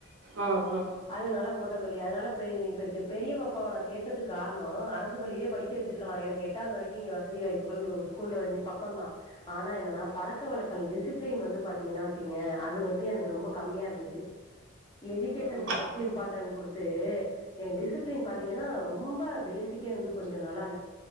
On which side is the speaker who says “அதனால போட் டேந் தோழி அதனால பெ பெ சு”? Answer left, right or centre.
Left